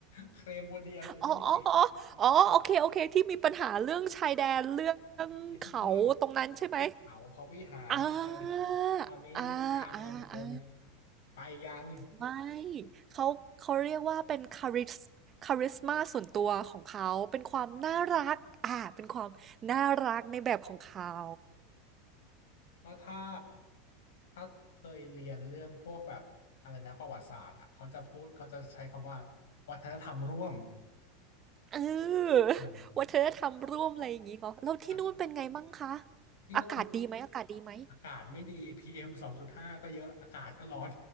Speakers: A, on the left; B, on the right.
A: เคลมโบเดียเคยได้ยินไหม
B: อ๋ออ๋ออ๋ออ๋อโอเค โอเค ที่มีปัญหาเรื่องชายแดนเรื่องเขาตรงนั้นใช่ไหม
A: มีทุกเรื่อง เขาพระวิหารเลย
B: อ่า
A: ตอนนี้มีตาเมืองคม
B: อ่าอ่าอ่า
A: ไปยัง
B: ไม่ เขาเขาเรียกว่าเป็นคาริสคาริสมาส่วนตัวของเขาเป็นความน่ารักอ่าเป็นความน่ารักในแบบของเขา
A: ก็ถ้าถ้าเคยเรียนเรื่องพวกแบบอะไรนะประวัติศาสตร์อ่ะเขาจะพูดเขาจะใช้คำว่าวัฒนธรรมร่วม
B: เออ
A: เออ
B: วัฒนธรรมร่วมอะไรอย่างงี้เหรอแล้วที่นู่นเป็นไงมั่งคะ
A: ่ที่โน่น
B: อากาศดีไหมอากาศดีไหม
A: อากาศไม่ดีพีเอมสองจุดห้าก็เยอะอากาศก็ร้อน